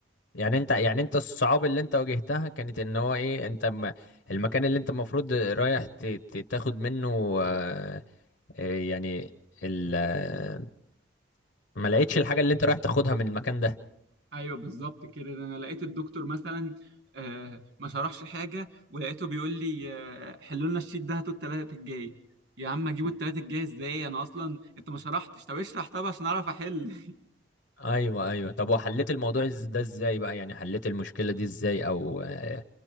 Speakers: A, on the left (about 70°); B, on the right (about 60°).
A: يعني انت يعني انت الصعاب اللي انت واجهتها كانت ان هو ايه انت م... المكان اللي انت المفروض رايح ت... ت- تاخد منه آه، آه، يعني ال... آه، ما لقيتش الحاجة اللي انت رايح تاخدها من المكان ده
B: ايوه بالظبط كده ده انا لقيت الدكتور مثلا آه ما شرحش حاجه ولقيته بيقول لي آه حلوا لنا الشيت ده هاتوا التلاتة الجاي يا عم اجيبوا التلاتة الجاي ازاي انا اصلا انت ما شرحتش طب اشرح طب عشان اعرف احل
A: ايوه ايوه طب وحليت الموضوع إز- ده ازاي بقى يعني حليت المشكلة دي ازاي او آه،